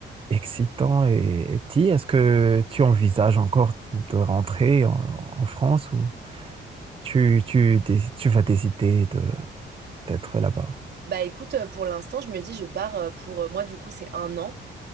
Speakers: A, on the right; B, on the right.
A: excitant et, et ti, est-ce que tu envisages encore de rentrer en, en France ou tu, tu, déc- tu vas décider de, d'être là-bas.
B: Bah écoute, euh, pour l'instant, je me dis, je pars euh, pour euh, moi, du coup, c'est un an.